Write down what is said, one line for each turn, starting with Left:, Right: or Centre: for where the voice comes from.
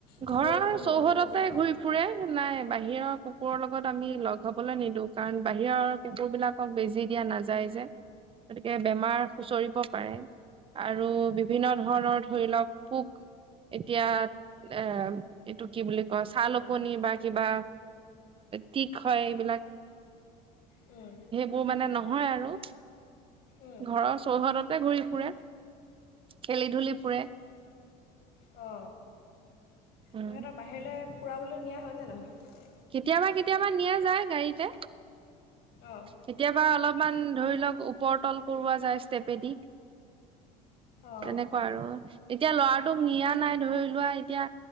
Left: কুকুৰৰ
Right: ঘৰৰ
Left: লগত
Right: চৌহদতে
Left: লগ হ'বলৈ দিয়া হয়
Right: ঘূৰি ফুৰে। নাই বাহিৰৰ কুকুৰৰ লগত আমি লগ হবলৈ নিদো, কাৰণ বাহিৰৰ কুকুৰ বিলাকক বেজি দিয়া নাযায় যে। গতিকে বেমাৰ হুঁচৰিব পাৰে আৰু বিভিন্ন ধৰণৰ ধৰি লওক পোক এতিয়া এ এইটো কি বুলি কয়, চাল অকনি বা কিবা কিক হয় এইবিলাক
Left: উম।
Right: মোৰ মানে নহয় আৰু
Left: উম,
Right: ঘৰৰ চৌহদতে ঘূৰি ফুৰে খেলি ধূলি ফুৰে।
Left: অ
Right: উম
Left: সিহঁতৰ বাহিৰলৈ ফুৰাবলৈ নিয়া হয়নেে নহয়?
Right: কেতিয়াবা কেতিয়াবা নিয়া যায় গাড়ীতে।
Left: অঁ
Right: কেতিয়াবা অলপমান ধৰি লওক ওপৰতল কৰোঁৱা যায় ষ্টেপেদি
Left: অঁ
Right: তেনেকুৱা আৰু এতিয়া ল'ৰাটোক নিয়া নাই ধৰি লোৱা এতিয়া